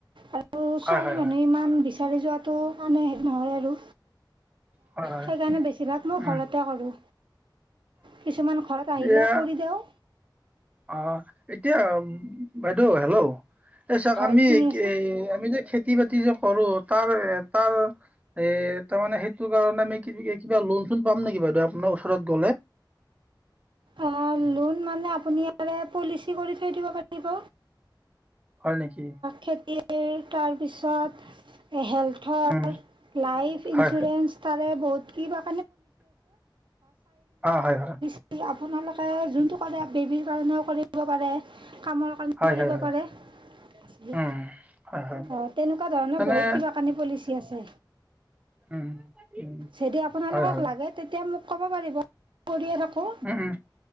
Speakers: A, on the right; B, on the right.
A: আৰু
B: হয়
A: ছোৱালী
B: হয়
A: মানুহে
B: হয়
A: ইমান বিচাৰি যোৱটো আনে শেষ নহয় আৰু।
B: হয় হয়
A: সেইকাৰণে বেছিভাগ মই
B: উম
A: ঘৰতে কৰোঁ কিছুমান ঘৰত আহিলে
B: এয়া
A: কৰি দিওঁ
B: অ', এতিয়া বাইদেউ হেল্ল' এই চাওঁক
A: হয়
B: আমি
A: শুনি আছে
B: এই আমি যে খেতি খেতি বাতি যে কৰোঁ তাৰ তাৰ এ তাৰমানে সেইটো কাৰণে আমি কিবা লোন চোন পাম নেকি বাইদেউ আপোনাৰ ওচৰত গ'লে।
A: অ', লোন মানে আপুনি ইয়াৰে পলিচি কৰি থৈ দিব পাৰিব।
B: হয় নেকি?
A: খেতিৰ তাৰপিছত হেল্থৰ
B: উম,
A: লাইফ ইঞ্চুৰেঞ্চ
B: হয় হয়।
A: তাৰে বহুত কিবা
B: অ' হয় হয়,
A: <inaudible> আপোনালোকে যোনটো কৰে বেবিৰ কাৰণেও কৰিব পাৰে, কামৰ কাৰণেও
B: হয়
A: কৰিব
B: হয় হয়,
A: পাৰে- ৰে
B: উম, হয় হয়।
A: অ', তেনেকুৱা ধৰণৰ
B: মানে
A: বহুত কিবা কানি পলিচি আছে।
B: উম, উম,
A: যদি আপোনালোকক
B: হয় হয়,
A: লাগে তেতিয়া মোক কব পাৰিব, মই কৰিয়ে থাকো।
B: উম- উম।